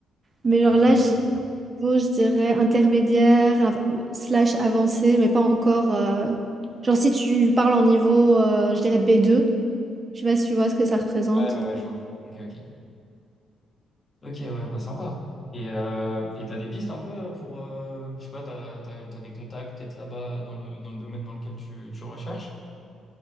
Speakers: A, on the right; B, on the left.
A: Mais
B: Ok,
A: genre là,
B: ouais.
A: j'ai niveau, je dirais, intermédiaire, av- slash avancé, mais pas encore. euh, Genre, si tu parles en niveau, euh, je dirais B2, je sais pas si tu vois ce que ça représente.
B: Ouais, ouais, ouais, je vois. Ok, ok. Ok, ouais, bah sympa. Et euh, et t'as des pistes un peu euh, pour, euh, je sais pas, t'as, t'as, t'as des contacts peut-être là-bas dans le, dans le domaine dans lequel tu, tu recherches?